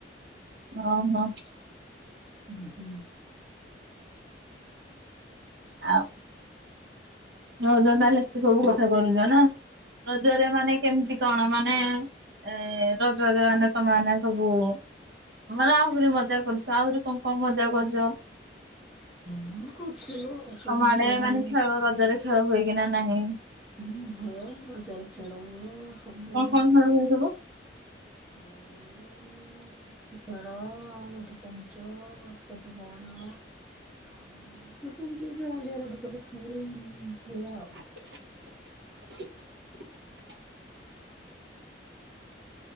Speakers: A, on the right; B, in the centre.
A: ହ ହ।
B: ଉୁଁ ହୁଁ।
A: ଆଉ ରଜ ତାହେଲେ ଏତେ ସବୁ କଥା କରୁଛ ନା ରଜରେ ମାନେ କେମିତି କଣ ମାନେ ଏ ରଜରେ ମାନେ ସେମାନେ ସବୁ ମାନେ ଆହୁରି ମଜା କରୁଥା ଆହୁରି କଣ କଣ ମଜା କରୁଛ।
B: ହୁଁ କରିଥିଲୁ ସବୁ
A: ତମ
B: ମଜା
A: ଆଡେ
B: ଭଲ
A: ମାନେ ଖେଳ ରଜରେ ଖେଳ ହୁଏକିନା ନାହିଁ।
B: ହୁଁ ହୁଏ ରଜରେ ଖେଳ ହୁଏ ସବୁ
A: କଣ କଣ ଖେଳ ହୁଏ ସବୁ।
B: ଏଇ ପୁଚି ଖେଳ ଆଉ ଗୋଟେ ଚାମୁଚ ବାସ୍କେଟ ବଲ। ଆଉ ସବୁ ଏମିତି ଭେରାଇଟ ସବୁ ହୁଏ ଆଉ
A: <inaudible>